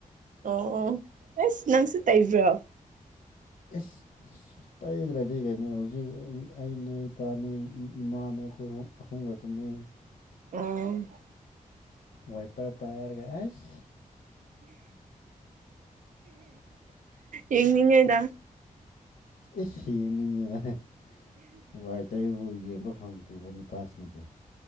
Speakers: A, on the right; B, on the left.
A: ꯑꯣ ꯑꯣ ꯑꯦꯁ ꯅꯪꯁꯨ ꯇꯩꯕ꯭ꯔꯣ
B: ꯏꯁ ꯇꯩꯗ꯭ꯔꯗꯤ ꯀꯩꯅꯣ ꯍꯧꯖꯤꯛ ꯑꯅꯦ ꯏꯄꯥꯅꯦ ꯏꯃꯥꯅꯦ ꯑꯩꯈꯣꯏ ꯑꯍꯨꯝ ꯑꯍꯨꯝꯈꯛꯇꯅꯦ
A: ꯎꯝ
B: ꯋꯥꯏꯄꯔ ꯄꯔ ꯑꯩꯁ
A: ꯌꯦꯡꯅꯤꯡꯉꯦꯗ
B: ꯏꯁ ꯌꯦꯡꯅꯤꯡꯉꯦꯗ ꯑꯩ ꯋꯥꯏ ꯇꯩꯕꯨ ꯌꯦꯡꯕ ꯐꯪꯗ꯭ꯔꯤꯕ ꯅꯨꯄꯥꯁꯤꯡꯕꯨ